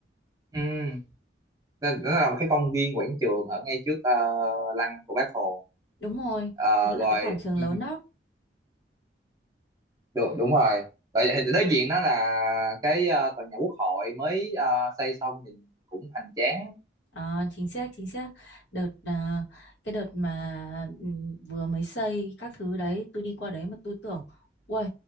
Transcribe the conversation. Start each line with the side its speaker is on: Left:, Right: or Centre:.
Right: ừ nó, nó là một cái công viên quảng trường ở ngay trước ờ, lăng của Bác Hồ
Left: đúng rồi
Right: Ờ,
Left: nó là
Right: rồi
Left: cái quảng trường
Right: ừ,
Left: lớn đó
Right: đúng, đúng rồi rồi đối diện đó là cái ờ, tòa nhà Quốc hội mới ờ, xây xong nhìn cũng hoành tráng
Left: Ờ, chính xác chính xác đợt à, cái đợt mà ừ, vừa mới xây các thứ đấy tôi đi qua đấy mà tôi tưởng ui